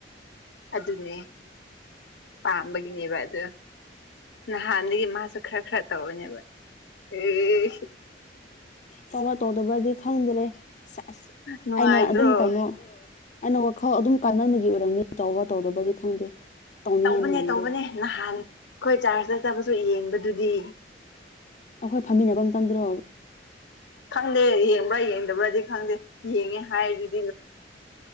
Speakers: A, on the left; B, on the left.
A: ꯑꯗꯨꯅꯦ ꯄꯥꯝꯕꯒꯤꯅꯦꯕ ꯑꯗꯨ ꯅꯍꯥꯟ ꯅꯍꯥꯟꯗꯒꯤ ꯃꯥꯁꯨ ꯈꯔ ꯈꯔ ꯇꯧꯕꯅꯦꯕ ꯑꯦ
B: ꯇꯧꯕꯔ ꯇꯧꯗꯕ꯭ꯔꯗꯤ ꯈꯪꯗ꯭ꯔꯦ ꯁ‌ꯦꯖ
A: ꯅꯨꯡꯉꯥꯏꯗ꯭ꯔꯣ
B: ꯑꯩꯅ ꯑꯗꯨꯝ ꯀꯩꯅꯣ ꯑꯩꯅ ꯋꯥꯈꯜ ꯑꯗꯨꯝ ꯀꯥꯟꯃꯟꯕꯒꯤ ꯑꯣꯏꯔꯝꯅꯤ ꯇꯧꯕꯔ ꯇꯧꯗꯕꯔꯗꯤ ꯈꯪꯗꯦ ꯇꯧꯅꯤꯡꯉꯥꯏꯗꯤ
A: ꯇꯧꯕꯅꯦ
B: ꯃꯥꯟꯗꯦꯗ
A: ꯇꯧꯕꯅꯦ ꯅꯍꯥꯟ ꯑꯩꯈꯣꯏ ꯆꯥꯔꯁꯇ ꯆꯠꯄꯁꯨ ꯌꯦꯡꯕꯗꯨꯗꯤ
B: ꯑꯩꯈꯣꯏ ꯐꯝꯃꯤꯟꯅꯕ ꯃꯇꯝꯗꯨꯔ‌ꯣ
A: ꯈꯪꯗꯦ ꯌꯦꯡꯕ꯭ꯔꯥ ꯌꯦꯡꯗꯕ꯭ꯔꯥꯗꯤ ꯈꯪꯗꯦ ꯌꯦꯡꯉꯦ ꯍꯥꯏꯔꯤꯗꯨꯗꯤ